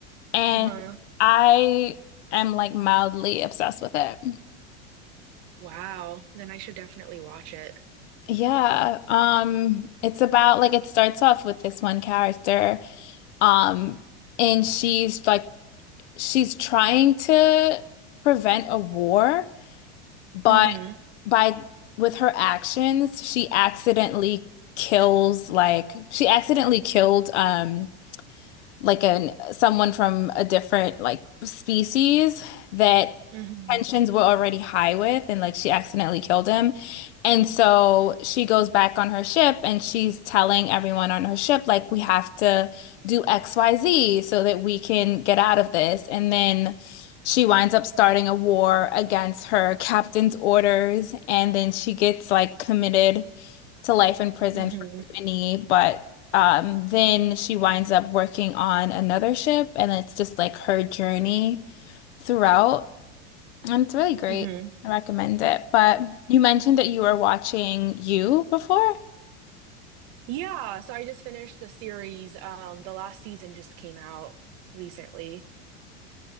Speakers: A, on the left (about 80°); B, on the right (about 55°).
A: And
B: Uh-huh.
A: I am like mildly obsessed with it.
B: Wow. Then I should definitely watch it.
A: Yeah, um, it's about like it starts off with this one character, um, and she's like she's trying to prevent a war, but
B: Mm-hmm.
A: by with her actions, she accidentally kills like she accidentally killed um like an someone from a different like species that
B: Mm-hmm.
A: tensions were already high with and like she accidentally killed him. And so she goes back on her ship and she's telling everyone on her ship like we have to do XYZ so that we can get out of this. And then she winds up starting a war against her captain's orders and then she gets like committed to life in prison
B: Mm-hmm.
A: for mutiny, but um, then she winds up working on another ship, and it's just like her journey throughout, and it's really great.
B: Mm-hmm.
A: I recommend it. But you mentioned that you were watching You before.
B: Yeah, so I just finished the series. Um, the last season just came out recently.